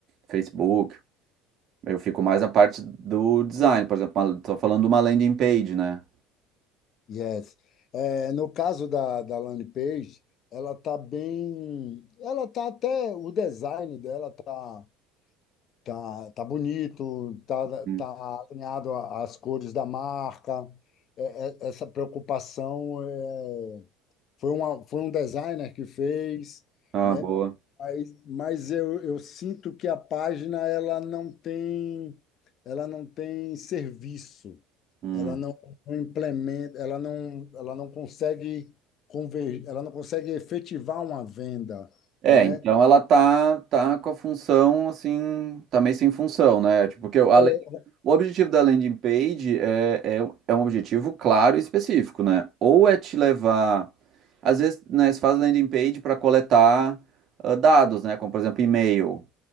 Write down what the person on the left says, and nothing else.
Yes. É, no caso da, da landing page, ela tá bem, ela tá até o design dela tá tá, tá bonito, tá,
tá alinhado a- às cores da marca. É, é, essa preocupação é Foi uma, foi um designer que fez,
né?
Mas, mas eu, eu sinto que a página ela não tem, ela não tem serviço.
Ela não não implementa, ela não, ela não consegue conver, ela não consegue efetivar uma venda,
né?
É.